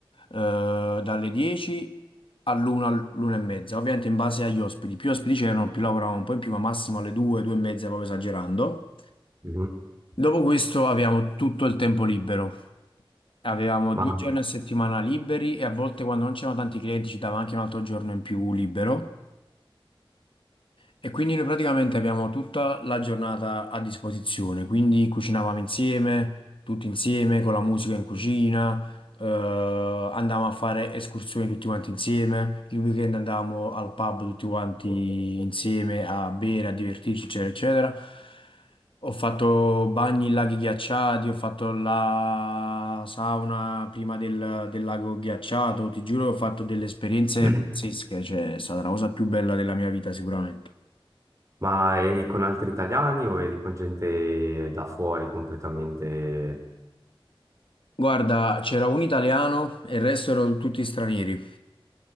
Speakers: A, on the left (about 65°); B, on the right (about 35°).
A: dalle 10 all'una, all'una e mezza, ovviamente in base agli ospiti. Più ospiti c'erano, più lavoravamo un po' in più, ma massimo alle 2, 2 e mezza, proprio esagerando.
B: Mhm.
A: Dopo questo avevamo tutto il tempo libero. Avevamo
B: Ma,
A: due giorni a settimana liberi e a volte quando non c'erano tanti clienti ci dava anche un altro giorno in più libero. E quindi noi praticamente abbiamo tutta la giornata a disposizione, quindi cucinavamo insieme, tutti insieme, con la musica in cucina, eh, andavamo a fare escursioni tutti quanti insieme, il weekend andavamo al pub tutti quanti insieme a bere, a divertirci, eccetera, eccetera. Ho fatto bagni in laghi ghiacciati, ho fatto la sauna prima del, del lago ghiacciato, ti giuro che ho fatto delle esperienze
B: <clears throat>
A: pazzesche, cioè è stata la cosa più bella della mia vita sicuramente.
B: ma eri con altri italiani o eri con gente da fuori completamente?
A: Guarda, c'era un italiano e il resto erano tutti stranieri.